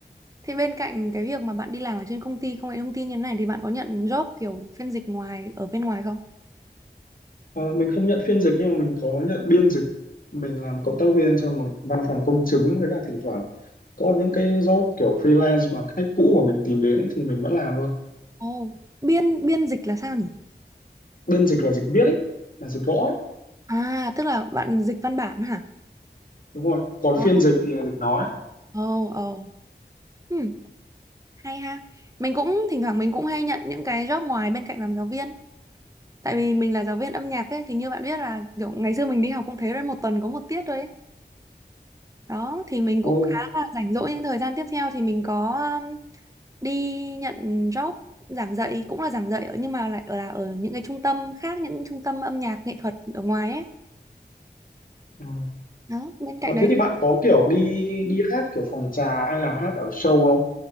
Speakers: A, on the right (about 20°); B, on the left (about 50°).
A: thì bên cạnh cái việc mà bạn đi làm ở trên công ty công nghệ thông tin như thế này thì bạn có nhận job kiểu phiên dịch ngoài ở bên ngoài không?
B: Ờ, mình không nhận phiên dịch nhưng mà mình có nhận biên dịch mình làm cộng tác viên cho một văn phòng công chứng với cả thỉnh thoảng có những cái job kiểu freelance mà khách cũ của mình tìm đến ấy, thì mình vẫn làm thôi
A: Ồ, Biên biên dịch là sao nhỉ?
B: biên dịch là dịch viết ấy là dịch gõ ấy
A: À, tức là bạn dịch văn bản hả?
B: đúng rồi còn
A: ồ,
B: phiên dịch thì là dịch nói
A: ồ, ồ. Ừm, hay ha. Mình cũng thỉnh thoảng mình cũng hay nhận những cái job ngoài bên cạnh làm giáo viên. Tại vì mình là giáo viên âm nhạc ấy thì như bạn biết là kiểu ngày xưa mình đi học cũng thế rồi một tuần có một tiết thôi ấy. đó thì mình cũng
B: ồ
A: khá là rảnh rỗi những thời gian tiếp theo thì mình có um, đi nhận job giảng dạy cũng là giảng dạy ở- nhưng mà lại ở là ở những cái trung tâm khác những trung tâm âm nhạc nghệ thuật ở ngoài ấy
B: ừ.
A: đó bên cạnh
B: Ờ,
A: đấy
B: thế thì
A: thì
B: bạn có kiểu đi đi hát kiểu phòng trà hay là hát ở show không